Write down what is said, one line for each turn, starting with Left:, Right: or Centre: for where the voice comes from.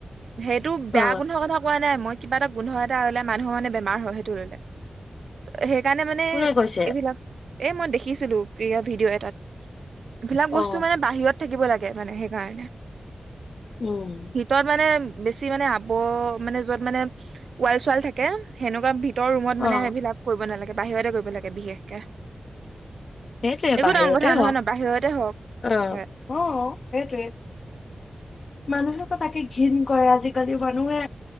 Right: <unintelligible> সেইটো
Left: অ
Right: বেয়া গোন্ধ কথা কোৱা নাই মই কিবা এটা গোন্ধ এটা ওলাই মানুহ মানে বে মাৰ হয় সেইটো ললেই সেই সেই কাৰণে মানে
Left: কোনে কৈছে
Right: এইবিলাক এ মই দেখিছিলো কিৰিঅ ভিডিঅ' এটাত এইবিলাক
Left: অ
Right: বস্তু মানে বাহিৰত থাকিব লাগ গে মানে সেইকাৰণে
Left: উম
Right: ভিতৰত মানে বেছি মানে আবো মানে যত মানে ওৱাল চোৱাল থাকে সেনেকুৱা ভিত তৰ ৰুমত
Left: অ
Right: মানে সেইবিলাক কৰিব নালাগ বাহিৰতে কৰিব লাগে বিশেষকে
Left: সেইটোৱে
Right: একো
Left: বাহিৰতে
Right: ডাঙৰ কথা নহয়
Left: হওক
Right: ন বাহিৰতে
Left: আহ
Right: হয়
Left: অ সেইটোৱে মানুহক তাকে ঘিণ কৰে আজিকালি মানুহে